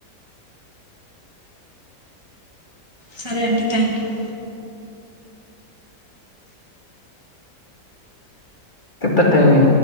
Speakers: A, on the right (about 15°); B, on the left (about 30°).
A: సరే అండి థ్యాంక్ యూ
B: ఎ టైమ్ ఇ